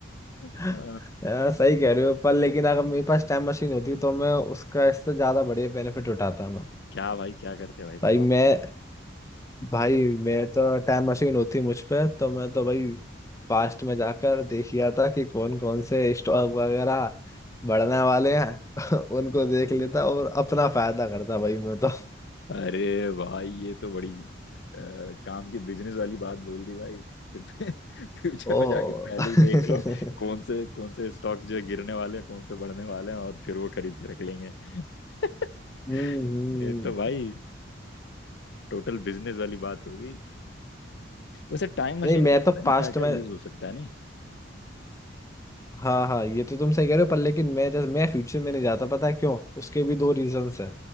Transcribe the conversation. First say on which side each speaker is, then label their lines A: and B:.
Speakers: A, on the left; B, on the left.
A: <laughs>
B: हाँ,
A: अ,
B: सही कह रहे हो पर लेकिन अगर मेरे पास टाइम मशीन होती तो मैं उसका इससे ज्यादा बढ़िया बेनिफिट उठाता मैं
A: क्या भाई क्या करते भाई बताओ
B: भाई मैं भाई मैं तो टाइम मशीन होती मुझ पे तो मैं तो भाई पास्ट में जाकर देख लिया था कि कौन कौन से स्टॉक वगैरह बढ़ने वाले हैं <laughs> उनको देख लेता और अपना फायदा करता भाई मैं तो
A: अरे भाई ये तो बड़ी अ, काम की बिजनेस वाली बात बोल दी भाई कि <laughs> फ्यूचर
B: ओ
A: में जाके पहले
B: <laughs> हम्म
A: ही देख लो कौन से कौन से स्टॉक्स जो है गिरने वाले हैं कौन से बढ़ने वाले हैं और फिर वो खरीद के रख लेंगे <laughs>
B: हम्म।
A: ये तो भाई टोटल बिजनेस वाली बात होगी वैसे टाइम मशीन
B: नहीं मैं
A: का
B: तो
A: पता नहीं
B: पास्ट
A: क्या क्या
B: में
A: यूज हो सकता है नहीं
B: हाँ हाँ ये तो तुम सही कह रहे हो पर लेकिन मैं जैसे मैं फ्यूचर में नहीं जाता पता है क्यों उसके भी दो रीजंस है